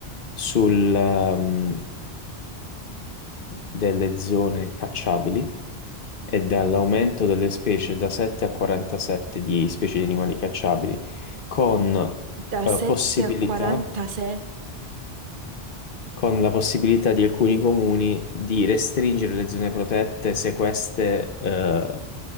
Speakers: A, on the left; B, on the right.
A: sull'aumento delle zone cacciabili e dall'aumento delle specie da 7 a 47 di specie di animali cacciabili, con
B: Da
A: eh,
B: 7
A: possibilità
B: a 47.
A: con la possibilità di alcuni comuni di restringere le zone protette se queste eh,